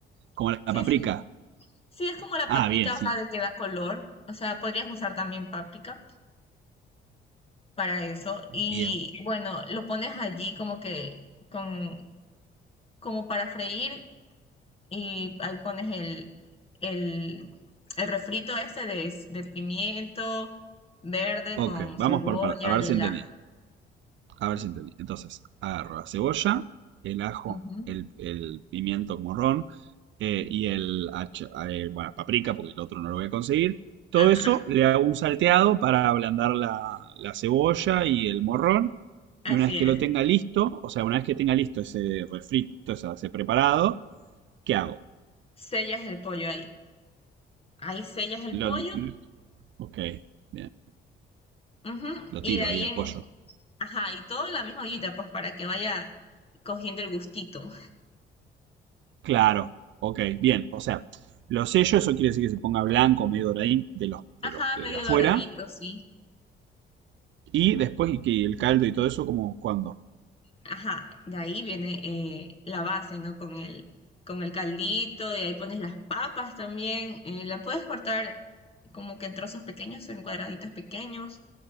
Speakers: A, on the left; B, on the right.
A: <laughs>
B: Como la paprika.
A: sí, sí. Sí, es como la
B: Ah,
A: paprika,
B: bien, sí.
A: o sea, de que da color. O sea, podrías usar también paprika para eso. Y
B: Bien.
A: bueno, lo pones allí como que con, como para freír y ahí pones el, el, el refrito este de, de pimiento verde
B: Ok,
A: con
B: vamos
A: cebolla
B: por par- a ver
A: y
B: si
A: el
B: entendí.
A: ajo.
B: A ver si entendí. Entonces, agarro la cebolla, el ajo,
A: Ujú.
B: el, el pimiento morrón eh, y el, hacha- eh, bueno, paprika, porque el otro no lo voy a conseguir. Todo
A: Ajá,
B: eso le hago un salteado para ablandar la, la cebolla y el morrón.
A: así
B: Y una vez que
A: es.
B: lo tenga listo, o sea, una vez que tenga listo ese refrito, o sea, ese preparado, ¿qué hago?
A: Sellas el pollo ahí. Ahí sellas el
B: Lo,
A: pollo.
B: ok, bien.
A: ujú,
B: Lo
A: Y
B: tiro
A: de ahí
B: ahí al
A: en,
B: pollo.
A: ajá, y todo en la misma ollita, pues para que vaya cogiendo el gustito.
B: Claro, ok, bien. O sea, los sellos, eso quiere decir que se ponga blanco, medio doradín, de los,
A: Ajá,
B: de los de,
A: medio
B: de afuera.
A: doradito, sí.
B: Y después y que el caldo y todo eso, como cuándo.
A: Ajá, de ahí viene eh, la base, ¿no? Con el, con el caldito, y ahí pones las papas también. Eh, la puedes cortar como que en trozos pequeños, en cuadraditos pequeños,